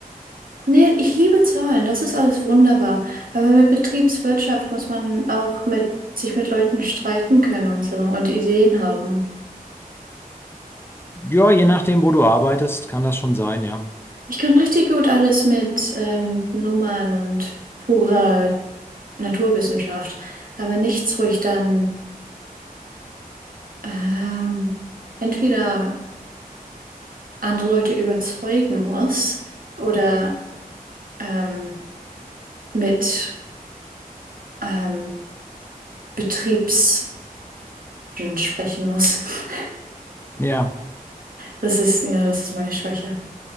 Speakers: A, on the right (about 70°); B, on the left (about 15°).
A: Nee, ich liebe Zahlen, das ist alles wunderbar. Aber mit Betriebswirtschaft muss man auch mit, sich mit Leuten streiten können und so und Ideen haben.
B: Ja, je nachdem, wo du arbeitest, kann das schon sein, ja.
A: Ich kann richtig gut alles mit ähm, Nummern und purer Naturwissenschaft, aber nichts, wo ich dann ähm, entweder andere Leute überzeugen muss oder ähm, mit ähm, Betriebsmenschen sprechen muss. <laughs>
B: Ja,
A: Das ist, ja, das ist meine Schwäche.